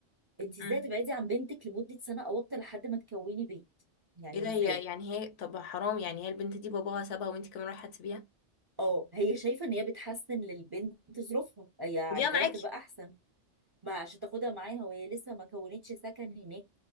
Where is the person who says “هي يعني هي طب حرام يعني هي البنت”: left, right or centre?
Left